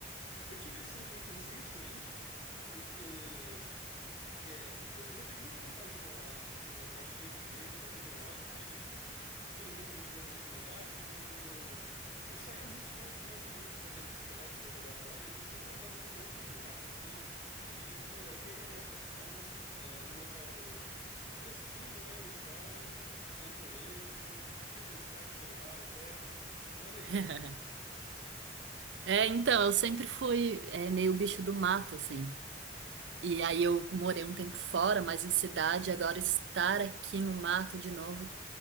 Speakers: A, on the left; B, on the right.
A: eu tive esse sentimento recentemente, porque é, Eu já tive muita vontade de morar num local cheio de verde para todo lado, sabe? Infelizmente não tive a oportunidade, mas eu eu saía muito com, meu- com meus amigos para andar de bicicleta, para jogar bola, e a gente sempre andava por um monte de mato assim, e pô, era sempre a maior curtição, é, num local fresquinho, né, no sol, na natureza, cheio de inseto por todo lado, terra. É uma delícia,
B: <laughs>
A: né?
B: É, então, eu sempre fui, é, meio bicho do mato, assim. E aí eu morei um tempo fora, mas em cidade, agora estar aqui no mato de novo